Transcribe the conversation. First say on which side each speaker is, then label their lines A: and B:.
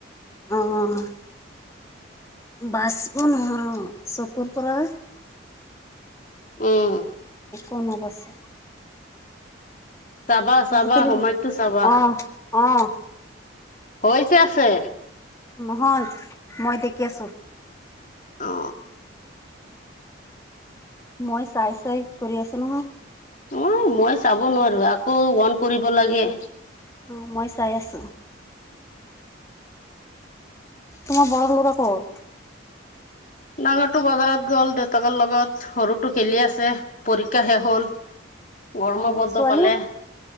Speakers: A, on the left (about 15°); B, on the left (about 40°).
A: অ' বাছ নহৰ চুকুৰ পৰা
B: উম।
A: <inaudible>
B: চাবা চাবা
A: আজি কালি
B: সময়টো চাবা
A: অ' অ'
B: হৈ হৈছে আছে
A: নহই মই দেখি আছো
B: অ
A: মই চাই চাই কৰি আছো নহয়
B: অ মই চাব নোৱাৰো আকৌ অন কৰিব লাগে
A: অ মই চাই আছো তোমাৰ বৰ লৰা কত
B: ডাঙৰটো বজাৰত গ'ল দেউতাকৰ লগত সৰুটো খেলি আছে পৰীক্ষা শেষ হল
A: অ',
B: গৰম
A: অ',
B: বদ্ধ
A: ছোৱালী
B: পালে